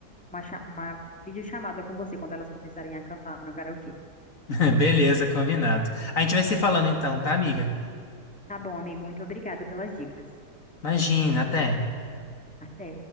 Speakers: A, in the centre; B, on the left.
A: uma, cha- uma videochamada com você quando elas começarem a cantar no karaokê.
B: <laughs> Beleza, combinado. A gente vai se falando então, tá, amiga?
A: Tá bom, amigo, muito obrigado pelas dicas.
B: Imagina, até.
A: Até.